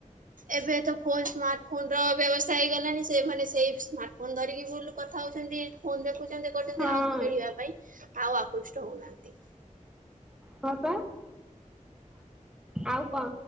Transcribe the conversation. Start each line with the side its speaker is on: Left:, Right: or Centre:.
Right: ଏବେ ତ ଫୋନ ସ୍ମାର୍ଟ ଫୋନ ର ବ୍ୟବସ୍ଥା ହେଇଗଲାଣି, ସେମାନେ ସେଇ ସ୍ମାର୍ଟ ଫୋନ ଧରିକି ବୁୁଲୁ କଥା। ଫୋ <unintelligible> କରୁଛନ୍ତି କରୁଛନ୍ତି,
Centre: ହଁ
Right: ଆଉ ଖେଳିବା ପାଇଁ ଆଉ ଆକୃଷ୍ଟ ହଉନାହାନ୍ତି।
Centre: ହଁ ତ। ଆଉ କଣ?